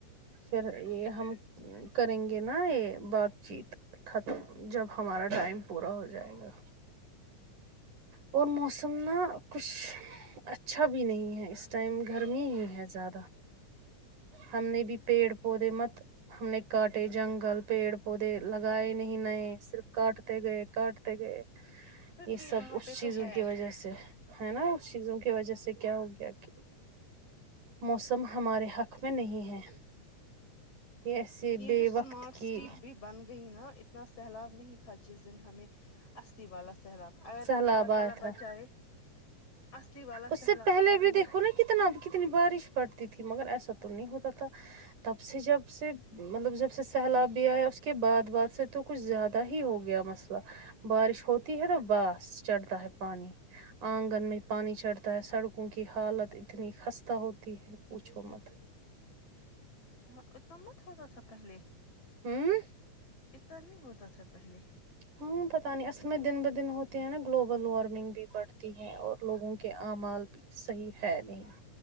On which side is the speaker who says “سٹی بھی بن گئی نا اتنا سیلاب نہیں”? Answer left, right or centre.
Left